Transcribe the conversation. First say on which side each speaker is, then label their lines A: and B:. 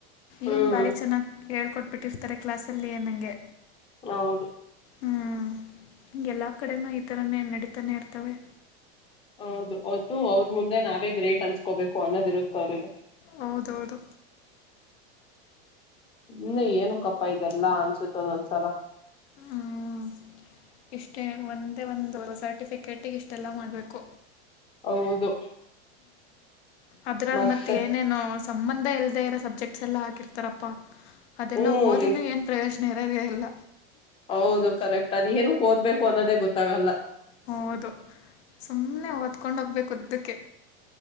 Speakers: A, on the left; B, on the left.
A: ಹ್ಮ್
B: ಏನು ಭಾರಿ ಚೆನ್ನಾಗಿ ಹೇಳ್ಕೊಟ್ಟಬಿಡತಾರೆ ಕ್ಲಾಸಲ್ಲಿ ಅನಂಗೆ
A: ಹೌದು
B: ಹ್ಮ ಹಗೆ ಎಲ್ಲ ಕಡೆನು ಈ ಥರನೇ ನಡೀತಾನೆ ಇರ್ತವೆ
A: ಹೌದು ಒಟ್ಟು ಅವ್ರ ಮುಂದೆ ನಾವೇ ಗ್ರೇಟ್ ಅನ್ಸ್ಕೋಬೇಕು ಅನ್ನೋದ್ ಇರುತ್ತ ಅವ್ರಿಗೆ
B: ಹೌದೌದು
A: ಸುಮ್ನೆ ಏನುಕಪ್ಪ ಇದೆಲ್ಲಾ ಅನ್ಸುತ್ತ ಒಂದೊಂದ್ಸಲ
B: ಹ್ಮ್ ಇಷ್ಟೇ ಒಂದೇ ಒಂದು ಸರ್ಟಿಫಿಕೇಟಿಗೆ ಇಷ್ಟೆಲ್ಲ ಮಾಡ್ಬೇಕು
A: ಹೌದು
B: ಅದ್ರಲ್ಲಿ
A: ಮತ್ತೆ
B: ಮತ್ತ್ ಏನೇನೋ ಸಂಬಂಧ ಇಲ್ದೆೇ ಇರೋ ಸಬ್ಜೆಕ್ಟ್ಸ್ ಎಲ್ಲ ಹಾಕಿರ್ತಾರಪ್ಪಾ ಅದೆಲ್ಲ
A: ಹ್ಮ್
B: ಓದಿನೂ ಏನು ಪ್ರಯೋಜನ ಇರೋದ ಇಲ್ಲ
A: ಹೌದು ಕರೆಕ್ಟ್ ಅದ ಏನುಕ್ ಓದ್ಬೇಕು ಅನ್ನೋದೇ ಗೊತ್ತಾಗಲ್ಲ
B: ಹೌದು ಸುಮ್ನೆ ಓದ್ಕೊಂಡ್ ಹೋಗ್ಬೇಕು ಉದ್ದಕ್ಕೆ